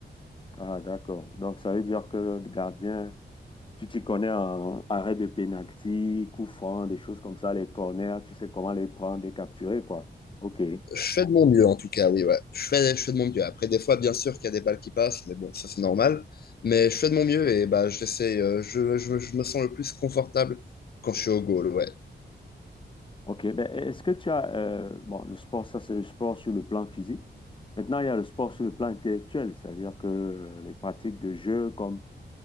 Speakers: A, on the left; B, on the left.
A: Ah, d'accord. Donc, ça veut dire que le gardien, tu t'y connais en arrêt de pénalty, coup franc, des choses comme ça, les corners, tu sais comment les prendre, les capturer, quoi. Ok,
B: Je fais de mon mieux, en tout cas, oui, ouais. Je fais, je fais de mon mieux. Après, des fois, bien sûr qu'il y a des balles qui passent, mais bon, ça, c'est normal. Mais je fais de mon mieux et bah, j'essaie, euh, je, je, je me sens le plus confortable quand je suis au goal, ouais.
A: ok. Ben, est-ce que tu as, euh, bon, le sport, ça, c'est le sport sur le plan physique. Maintenant, il y a le sport sur le plan intellectuel, c'est-à-dire que euh, les pratiques de jeux comme